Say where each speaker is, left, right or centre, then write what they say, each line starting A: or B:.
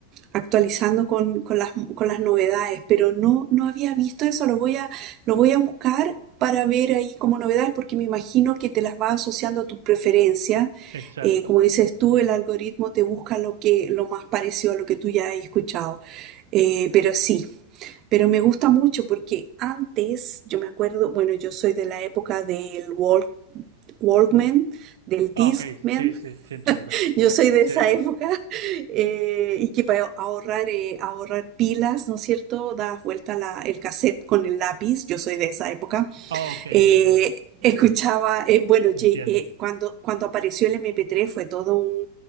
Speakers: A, on the right (about 40°); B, on the right (about 80°).
A: actualizando con, con las, con las novedades. Pero no, no había visto eso, lo voy a, lo voy a buscar. para ver ahí como novedad, porque me imagino que te las va asociando a tus preferencias
B: Exacto.
A: eh, como dices tú, el algoritmo te busca lo que, lo más parecido a lo que tú ya has escuchado. Eh, pero sí, pero me gusta mucho porque antes, yo me acuerdo, bueno, yo soy de la época del Walk- Walkman, del Discman,
B: Ah, Ok, sí, sí, sí entiendo.
A: <laughs> yo soy de
B: Sí.
A: esa época, <laughs> eh, y que para ahorrar, eh, ahorrar pilas, ¿no es cierto? Das vuelta la- el cassette con el lápiz, yo soy de esa época.
B: Ah, Ok, ya,
A: Eh,
B: ya,
A: escuchaba, eh, bueno, ye-
B: entiendo.
A: eh, cuando, cuando apareció el MP3 fue todo un,